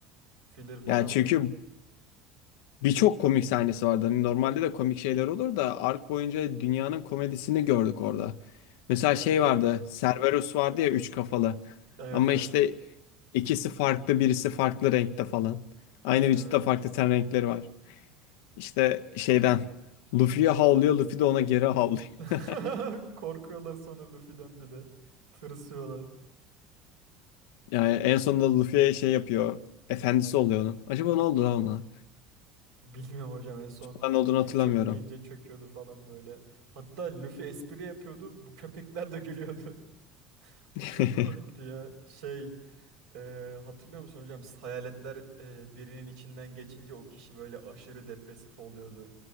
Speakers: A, on the right (about 80°); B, on the left (about 75°).
A: Filler falan
B: Ya çünkü
A: değil.
B: Birçok komik sahnesi vardı. Hani normalde de komik şeyler olur da ark boyunca dünyanın komedisini gördük orada. Mesela
A: Aynen.
B: şey vardı. Cerberus vardı ya üç kafalı.
A: Evet
B: Ama
A: evet.
B: işte ikisi farklı, birisi farklı renkte falan. Aynı
A: Aynen
B: vücutta
A: aynen.
B: farklı ten renkleri var. İşte şeyden Luffy'ye havlıyor, Luffy de ona geri havlıyor.
A: <laughs>
B: <laughs>
A: Korkuyorlar sonra Luffy'den bir de. Tırsıyorlar.
B: Yani en sonunda Luffy'ye şey yapıyor. Efendisi oluyor onun. Acaba ne oldu lan ona?
A: Bilmiyorum hocam en son
B: Ben olduğunu
A: Luffy
B: hatırlamıyorum.
A: çök deyince çöküyordu falan böyle. Hatta Luffy espri yapıyordu. Bu köpekler de gülüyordu. <laughs>
B: <laughs>
A: O çok komikti ya. Şey e, hatırlıyor musun hocam? Hayaletler e, birinin içinden geçince o kişi böyle aşırı depresif oluyordu.